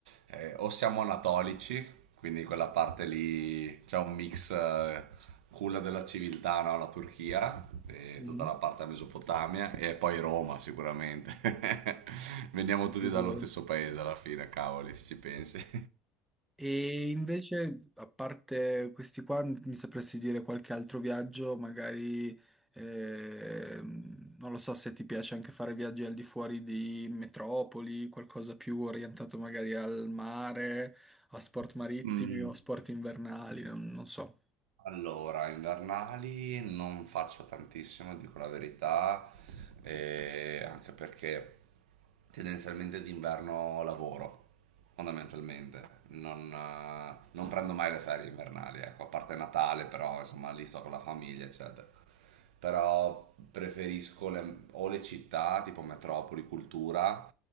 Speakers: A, on the right; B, in the centre.
A: eh, o siamo anatolici, quindi quella parte lì c'è un mix eh, culla della civiltà, no? La Turchia, e
B: Mhm,
A: tutta la parte della Mesopotamia, e poi Roma sicuramente. <laughs> Veniamo tutti
B: figurati.
A: dallo stesso paese alla fine, cavoli, se ci pensi.
B: E invece, a parte questi qua, mi sapresti dire qualche altro viaggio? Magari, ehm, non lo so se ti piace anche fare viaggi al di fuori di metropoli, qualcosa più orientato magari al mare, a sport
A: <laughs>
B: marittimi
A: Mm.
B: o sport invernali, non, non so.
A: Allora, invernali non faccio tantissimo, dico la verità, eh, anche perché tendenzialmente d'inverno lavoro, fondamentalmente. Non, eh, non prendo mai le ferie invernali, ecco, a parte Natale, però insomma lì sto con la famiglia, eccetera però preferisco le- o le città, tipo metropoli, cultura,